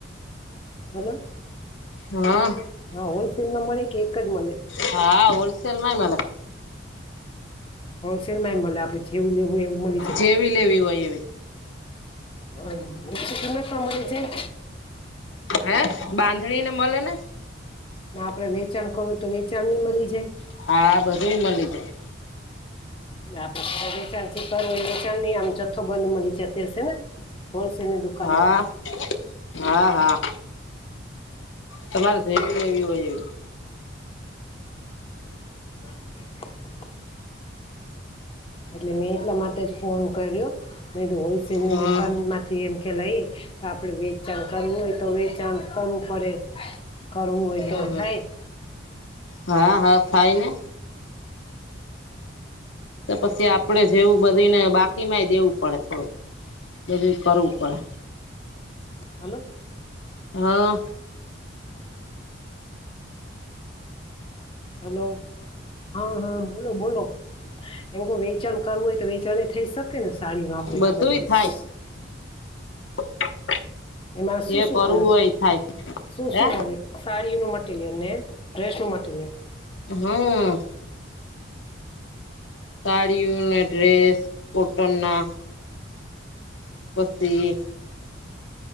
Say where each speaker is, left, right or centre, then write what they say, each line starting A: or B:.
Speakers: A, on the left; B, on the left.
A: હેલો
B: હા
A: હા હોલસેલ માં મળે કે એક જ મળે
B: હા હોલસેલ માં એ મલે
A: હોલસેલમાં એ મલે આપે જેવું લેવું એવું <unintelligible>
B: જેવી લેવી હોય એવી
A: <inaudible> જાય
B: હા બાંધણી ને મળે ને
A: ના આપડે વેચાણ કરવું તો વેચાણ ની મળી જાય
B: હા બધું મળી જાય
A: આપે વેચાણ કરુ હોય વેચાણ આમ જથ્થો બંધ મળી જતી હશે ને હોલસેલ ની દુકાન
B: હા
A: માંથી
B: હા હા તમારે જેવી લેવી હોય એવી
A: <inaudible> એટલે મેં એટલા માટે જ ફોન કર્યો મે તો હોલસેલની
B: હમ
A: દુકાનમાં તે એમ કે લઈએ તો આપણે વેચાણ કરવું હોય તો વેચાણ કરવું પડે કરવું હોય
B: હમ
A: તો
B: હમ
A: થાય
B: હા હા થાયને તો પછી
A: એટલે
B: આપડે જેવું બધુંને બાકીમાંય દેવું પડે થોડુંક બધું કરવું પડે
A: હલો
B: હા
A: હલો હા હા બોલો બોલો એમ કો વેચાણ કરવું હોય તો વેચાણ એ થઈ શકે ને સાડી ન <unintelligible>
B: બધું થાય <inaudible>
A: એમાં શું
B: જે
A: શું
B: કરવું
A: મળે
B: હોય થાય
A: શું
B: હે
A: શું મળે? સાડી નું મટીરિયલ ને ડ્રેસ નું મટીરિયલ.
B: હમ સાડી ઓ ને ડ્રેસ કોટન ના <unintelligible>